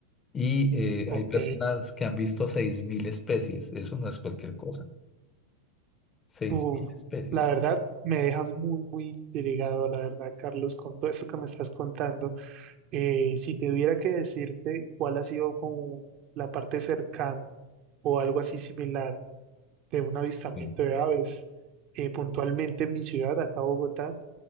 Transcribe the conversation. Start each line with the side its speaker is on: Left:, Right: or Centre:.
Left: Y eh,
Right: ok.
Left: hay personas que han visto 6.000 especies. Eso no es cualquier cosa. seis
Right: Uf,
Left: mil especies.
Right: la verdad, me dejas muy, muy intrigado, la verdad, Carlos, con todo esto que me estás contando. Eh, si tuviera que decirte cuál ha sido como la parte cercana o algo así similar de un avistamiento
Left: Sí.
Right: de aves, eh, puntualmente en mi ciudad, acá Bogotá,